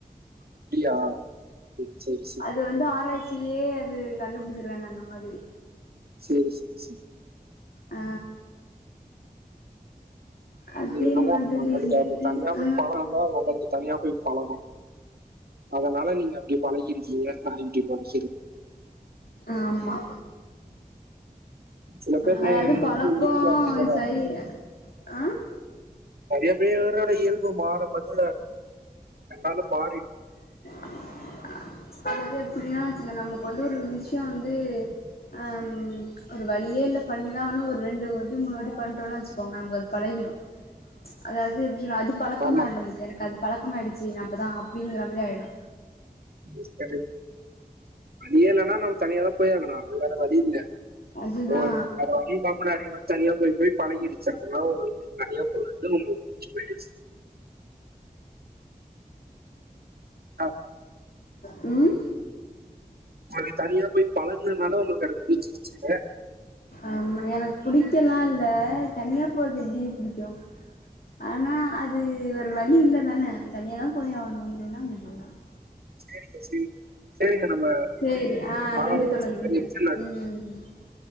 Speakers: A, on the right; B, on the left.
A: அப்டியா சேரி சேரி சேரி
B: இது வந்து ஆராய்ச்சியிலயே அது கண்டுபுடிச்சிருக்காங்க அந்த மாதிரி
A: சேரி சேரி சேரி
B: ஆ
A: அது
B: அதே
A: என்னமோ
B: மாதிரி
A: நம்மளுக்கு
B: வந்துட்டு
A: அந்த தனியா போய்
B: ஆ
A: பழக்கோ இல்ல உங்களுக்கு தனியா போய் பழக்கோ அதனால நீங்க அப்டி பழகிருக்கீங்க நா இப்டி <unintelligible>
B: ஆமா
A: சில பேர்
B: அதாவது
A: நே-
B: பழக்கோ
A: இது இயல்பு அப்படிதானே
B: சரியில்ல ஆ
A: நெறைய பேரோட இயல்பு மாறும் <unintelligible> அது எல்லாமே மாறிடு
B: <unintelligible> நமக்கு வந்து ஒரு விஷ்யோ வந்து அம் ஒரு வழியே இல்ல பண்ணிதா ஆகனு ஒரு ரெண்டு வாட்டி மூனு வாட்டி பண்ணிட்டோம்ன்னு வச்சுக்கோங்க நமக்கு அது பழகிடு அதாவது எப்பிடினா அது பழக்கம்
A: ஆமா
B: ஆயிடும் எனக்கு அது பழக்கம் ஆயிடுச்சு நா அப்டிதா அப்டிங்கிற மாதிரி ஆயிடு
A: ம் சரி நீயே இல்லன்னா நம்ம தனியாதா போய் ஆகணு அது வேற வழி இல்ல
B: அதுதா
A: உங்களுக்கு வேற வழியில்லாம நெறைய வாட்டி தனியா போய் போய் பழகிடுச்சு அதெல்லா உங்களுக்கு தனியா போய் வந்து உங்களுக்கு ச்சு போயிடுச்சு அ
B: ம்
A: உங்களுக்கு தனியா போய் பழகனுதுனால உங்களுக்கு அது புடிச்சிருச்சுங்க
B: ஆமா எனக்கு புடிக்கலா இல்ல தனியா போறது எப்படிங்க புடிக்கு ஆனா அது வேற வழி இல்ல தானே தனியா தா போய் ஆகணு அப்றோ என்ன பண்றது
A: செரிங்க செரிங்க செரிங்க நம்ம
B: சேரி ஆ
A: கால
B: நன்றி
A: அவகாசம்
B: தோழர்
A: முடிஞ்சிருச்சு
B: நன்றி
A: நாளை
B: ம்